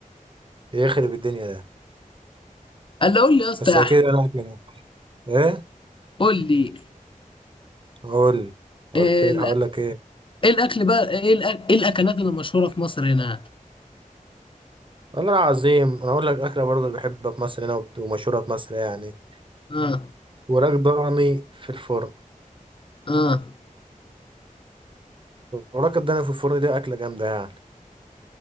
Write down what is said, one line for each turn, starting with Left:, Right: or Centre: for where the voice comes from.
Right: يخرب الدنيا ده
Left: قال لي قول لي يا اسطى
Right: بس
Left: يا
Right: اكيد
Left: أحمد
Right: انا كده ايه
Left: قول لي
Right: هقول قلت
Left: إيه
Right: إيه؟
Left: الأ-
Right: هقول لك ايه
Left: إيه الأكل بقى إيه الأ- إيه الأكلات اللي مشهورة في مصر هنا؟
Right: والله العظيم انا اقول لك اكله برضه اللي بحبها في مصر هنا وبت- ومشهوره في مصر يعني
Left: آه
Right: وراك ضاني في الفرن
Left: آه
Right: وراك الضاني في الفرن دي اكله جامده يعني